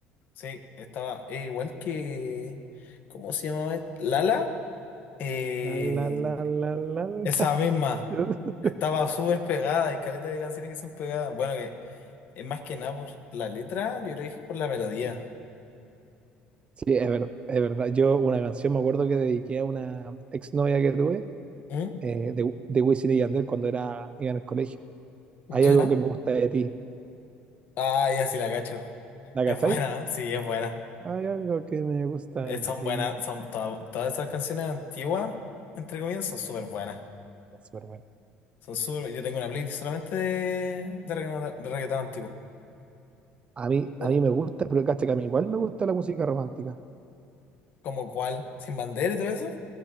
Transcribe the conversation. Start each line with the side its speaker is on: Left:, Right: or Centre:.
Left: Sí, estaba eh, igual que... ¿Cómo se llamaba? Lala. Eh,
Right: La, la, la, la, la,
Left: esa
Right: la.
Left: misma.
Right: <laughs>
Left: Estaba súper pegada, hay caleta de canciones que son pegadas. Bueno, que es más que nada por la letra, yo creo que es por la melodía.
Right: Sí, es verdad, es verdad. Yo una canción me acuerdo que dediqué a una exnovia que tuve
Left: ¿Mm?
Right: eh, de, de Wisin y Yandel cuando era, iba en el colegio.
Left: ¿Ya?
Right: Hay algo que me gusta de ti.
Left: Ah, ya sí la cacho.
Right: ¿La
Left: Es
Right: cachai?
Left: buena, ¿eh? sí, es buena.
Right: Hay algo que me gusta
Left: Eh,
Right: de
Left: Son
Right: ti.
Left: buenas, son to- todas esas canciones antiguas, entre comillas, son súper buenas.
Right: Súper bueno.
Left: Son súper, yo tengo una playlist solamente de, de reggaetón, de reggaetón antiguo.
Right: A mí,
Left: Bueno,
Right: a mí me gusta, pero cacha que a mí igual me gusta la música romántica.
Left: ¿como cuál? ¿Sin bandera y todo eso?